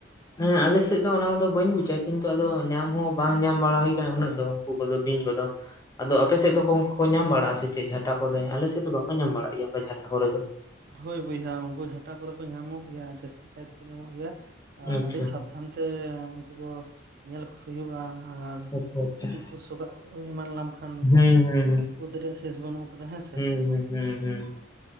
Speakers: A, on the left (about 20°); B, on the right (about 55°).
A: ᱦᱮᱸ ᱟᱞᱮ ᱥᱮᱫ ᱫᱚ ᱚᱱᱟ ᱫᱚ ᱵᱟᱹᱧ ᱵᱩᱡᱽᱼᱟ ᱠᱤᱱᱛᱩ ᱟᱫᱚ ᱧᱟᱢ ᱦᱚᱸ ᱵᱟᱝ ᱧᱟᱢ ᱵᱟᱲᱟ ᱦᱩᱭ ᱟᱠᱟᱱᱟ ᱩᱱᱟᱹᱜ ᱫᱚ ᱩᱸᱠᱩ ᱠᱚᱫᱚ ᱵᱤᱧ ᱠᱚᱫᱚ? ᱟᱫᱚ ᱟᱯᱮ ᱥᱮᱫ ᱫᱚ ᱠᱚᱝ ᱠᱚᱠᱚ ᱧᱟᱢ ᱵᱟᱲᱟᱜᱼᱟ ᱥᱮ ᱪᱮᱫ ᱡᱷᱟᱴᱟ ᱠᱚᱨᱮ, ᱟᱞᱮ ᱥᱮᱫ ᱫᱚ ᱵᱟᱠᱚ ᱧᱟᱢ ᱵᱟᱲᱟᱜ ᱜᱮᱭᱟ ᱠᱚ ᱡᱷᱟᱴᱟ ᱠᱚᱨᱮ ᱫᱚ᱾
B: ᱦᱳᱭ ᱵᱚᱭᱦᱟ ᱩᱸᱠᱩ ᱡᱷᱟᱴᱟ ᱠᱚᱨᱮ ᱠᱚ ᱧᱟᱢᱚᱜ ᱜᱮᱭᱟ ᱡᱟᱹᱥᱛᱤ ᱠᱟᱭ ᱛᱮᱠᱚ ᱧᱟᱢᱚᱜ ᱜᱮᱭᱟ ᱟᱨ
A: ᱟᱪᱪᱷᱟ
B: ᱟᱹᱰᱤ ᱥᱟᱵᱽ ᱫᱷᱟᱱ ᱛᱮ ᱩᱱᱠᱩ ᱫᱚ ᱧᱮᱞ ᱠᱚ ᱦᱩᱭᱩᱜᱼᱟ ᱟᱨ
A: ᱟᱪᱪᱷᱟ ᱟᱪᱪᱷᱟ
B: ᱠᱟᱹᱴᱤᱡ ᱠᱚ ᱥᱚᱠᱟᱜ ᱚᱡ- ᱚ ᱮᱢᱟᱱ ᱞᱟᱢ ᱠᱷᱟᱱ
A: ᱦᱩᱸ
B: ᱠᱟᱹᱴᱤᱡ
A: ᱦᱩᱸ
B: ᱵᱤᱯᱚᱫᱽ ᱨᱮᱭᱟᱜ ᱥᱮᱥ ᱵᱟᱹᱱᱩᱜ ᱟᱠᱟᱫᱟ ᱦᱮᱸᱥᱮ,
A: ᱦᱚᱭ ᱦᱩᱸ, ᱦᱩᱸ